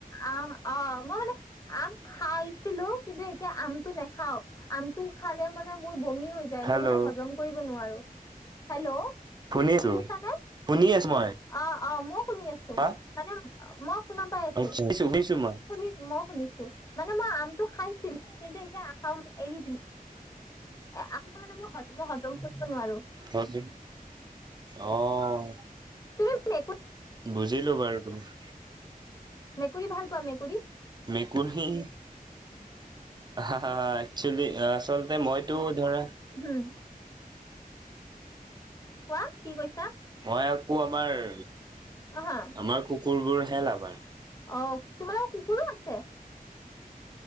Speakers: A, on the left; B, on the right.
A: আম অ মই মানে আম খাইছিলো কিন্তু এতিয়া আমটো নেখাও। আমটো খালে মানে মোৰ বমি।। হৈ যায়
B: হেল্ল'
A: মই মানে হজম কৰিব নোৱাৰোঁ। হেল্ল'।
B: শুনিছো
A: শুনিছানে?
B: শুনি আছোঁ মই।
A: অ' অ 'মইও শুনি আছোঁ।
B: হা
A: মানে মই শুনা পাই আছোঁ।
B: শুনিছো শুনিছো মই।
A: শুনিছোঁ মই শুনিছোঁ মানে মই আমটো খাইছিলো। কিন্তু এতিয়া নাখাওঁ এৰি দিম। এ আমটো মানে মই হ হজম কৰিব নোৱাৰোঁ।
B: হয় অহ।
A: মে এক <inaudible>
B: বুজিলো বাৰু তোমাক।
A: মেকুৰী ভাল পোৱা মেকুৰী
B: মেকুৰিহি
A: উও
B: হা, হ, হা একচেলি আচলতে মইতো ধৰা
A: উম, কোৱা, কি কৈছা?
B: মই আকৌ আমাৰ,
A: হা,
B: আমাৰ কুকুৰবোৰ হে লাভাৰ।
A: অ', তোমালোকৰ কুকুৰো আছে।